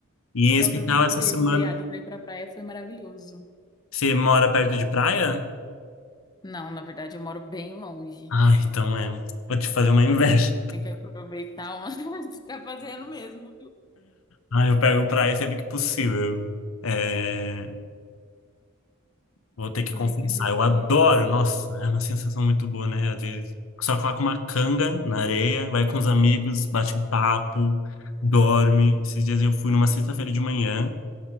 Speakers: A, on the left (about 75°); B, on the left (about 20°).
A: E em
B: Eu
A: especial
B: aproveitei
A: essa semana,
B: esse feriado pra ir pra praia, foi maravilhoso.
A: você mora perto de praia?
B: Não, na verdade, eu moro bem longe.
A: ah então é, vou te fazer uma inveja.
B: Tem que aproveitar onde <laughs> tá fazendo mesmo.
A: Ah, eu pego praia sempre que possível. É, vou ter que
B: Ai,
A: confessar.
B: que
A: Eu adoro,
B: delícia.
A: nossa, é uma sensação muito boa, né? Às vezes só coloca uma canga na areia, vai com os amigos, bate um papo, dorme. Esses dias eu fui numa sexta-feira de manhã,